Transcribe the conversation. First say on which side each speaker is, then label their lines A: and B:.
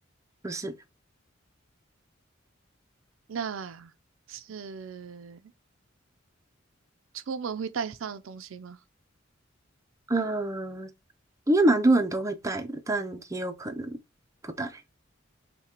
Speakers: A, on the right (about 15°); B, on the right (about 70°).
A: 不是，
B: 那是出门会带上的东西吗？
A: 嗯、应该蛮多人都会带的，但也有可能不带，